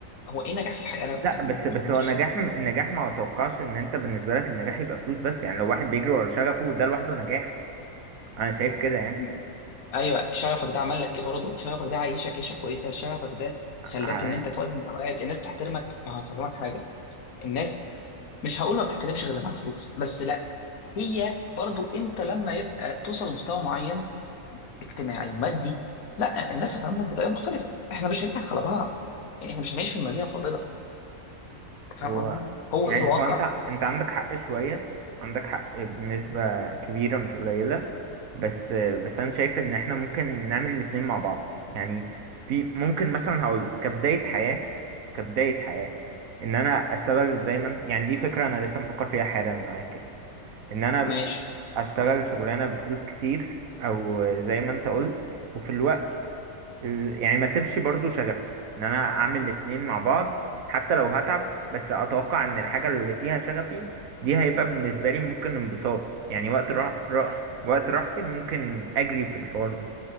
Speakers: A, on the left; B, on the right.
A: هو ايه نجاح في الحياه انا
B: لا
A: يعني
B: بس بس
A: انا مش
B: هو نجاح
A: فا-
B: م- النجاح ما اتوقعش ان انت بالنسبه لك النجاح يبقى فلوس بس يعني لو واحد بيجري ورا شغفه ده لوحده نجاح انا شايف كده
A: م- ايوه شغفك ده عمل لك ايه برضه شغفك ده عايشك عيشه كويسه شغفك ده خلاك
B: يعني
A: ان انت في وقت من الاوقات الناس تحترمك ما هفهمك حاجه الناس مش هقول ما بتحترمش غير لما معاها فلوس بس لا هي برضه انت لما يبقى توصل لمستوى معين اجتماعي ومادي لا الناس هتعاملك بطريقه مختلفه احنا مش هنضحك على بعض يعني احنا مش هنعيش في المدينه الفاضله أنت فاهم
B: هو
A: قصدي هو
B: يعني
A: ده الواقع
B: هو انت انت عندك حق شوية عندك حق بنسبة كبيرة مش قليلة بس بس انا شايف ان احنا ممكن نعمل الاتنين مع بعض يعني في ممكن مثلا هقولك كبداية حياة كبداية حياة ان انا اشتغل زي ما انت- يعني دي فكرة انا لسه مفكر فيها حالا معاك يعني ان انا
A: ماشي
B: اشتغل شغلانة بفلوس كتير او زي ما انت قلت وفي الوقت ال- يعني ما سيبش برضو شغفي ان انا اعمل الاتنين مع بعض حتى لو هتعب بس اتوقع ان الحاجة اللي فيها شغفي دي هيبقى بالنسبة لي ممكن انبساط يعني وقت راح راح وقت راحتي ممكن اجري في الحوار ده